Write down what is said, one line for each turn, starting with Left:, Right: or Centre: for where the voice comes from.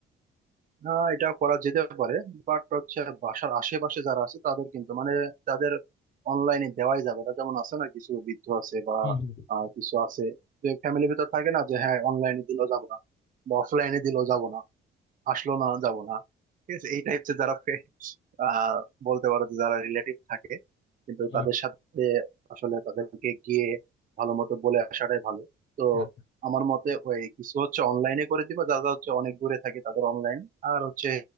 Right: আহ এটা করা যেতে পারে বাট হচ্ছে বাসার আশেপাশে যারা আছে তাদের কিন্তু মানে তাদের অনলাইনে দেওয়াই যাবে না যেমন আছে না কিছু বৃদ্ধ আছে বা
Left: হুম হুম
Right: আহ, কিছু আছে যে ফ্যামিলির ভিতর থাকে না যে হ্যাঁ অনলাইনে দিলেও যাবো না বা অফলাইনে দিলেও যাবো না আসলো না যাব না ঠিক আছে এইটা হচ্ছে যারা ফে- আহ বলতে পারো যে যারা রিলেটিভ থাকে কিন্তু
Left: উম,
Right: তাদের সাথে আসলে তাদেরকে গিয়ে ভালো মতো বলে আসাটাই ভালো তো
Left: আচ্ছা,
Right: আমার মতে ওই কিছু হচ্ছে অনলাইনে করে দিবা যারা হচ্ছে অনেক দূরে থাকে তাদের অনলাইন আর হচ্ছে